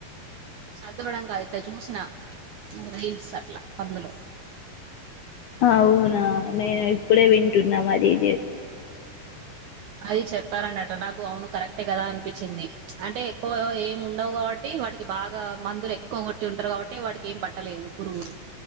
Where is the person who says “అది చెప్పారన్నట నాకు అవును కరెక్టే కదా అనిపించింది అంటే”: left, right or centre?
Right